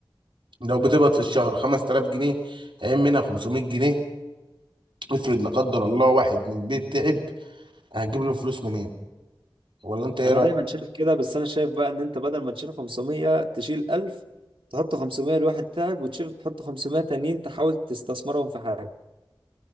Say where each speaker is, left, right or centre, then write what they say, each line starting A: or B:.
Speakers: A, on the right (about 65°); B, on the right (about 85°).
A: لو بتقبض في الشهر 5000 جنيه عين منها 500 جنيه افرض لا قدر الله واحد من البيت تعب هتجيب له فلوس منين ولا انت ايه
B: انا
A: رايك؟
B: دايما شايف كده بس انا شايف بقى ان انت بدل ما تشيل 500 تشيل 1000 تحط 500 لواحد تعب وتشيل تحط 500 تانيين تحاول تستثمرهم في حاجه